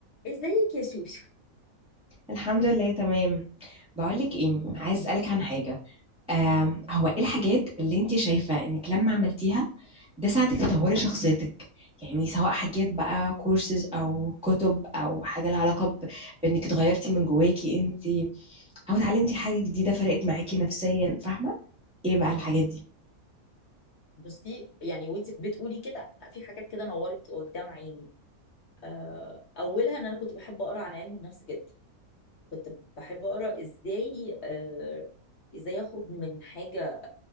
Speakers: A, on the left; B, in the centre.
A: ازيك يا شوشو
B: الحمد لله تمام بقولك ايه عايز
A: مم.
B: اسالك عن حاجه آم هو ايه الحاجات اللي انت شايفه انك لما عملتيها ده ساعدك تطوري شخصيتك يعني سواء حاجات بقى كورسز او كتب او حاجه لها علاقه ب- بانك اتغيرتي من جواكي انت او اتعلمتي حاجه جديده فرقت معاكي نفسيا فاهمه ايه بقى
A: مم.
B: الحاجات دي
A: بصي يعني وانت بتقولي كده في حاجات كده نورت قدام عيني آه، اولها ان انا كنت بحب اقرا عن علم النفس جدا كنت بحب اقرا ازاي آه، ازاي اخرج من حاجه